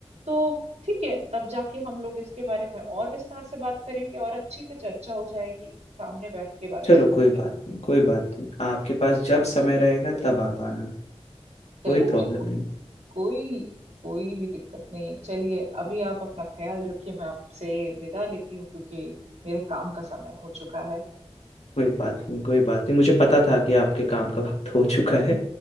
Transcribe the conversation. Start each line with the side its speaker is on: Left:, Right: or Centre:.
Right: तो ठीक है तब जाके हम लोग इसके बारे में और विस्तार से बात करेंगे और अच्छी से चर्चा हो जाएगी सामने बैठ के बात
Left: चलो
Right: जब होगी
Left: कोई बात नहीं कोई बात नहीं आपके पास जब समय रहेगा तब आप आना
Right: चलिए
Left: कोई प्रॉब्लम
Right: बिल्कुल
Left: नहीं
Right: कोई कोई भी दिक्कत नहीं है चलिए अभी आप अपना ख्याल रखिए मैं आपसे विदा लेती हूँ क्योंकि मेरे काम का समय हो चुका है
Left: कोई बात नहीं कोई बात नहीं मुझे पता था कि आपके काम का वक्त हो चुका है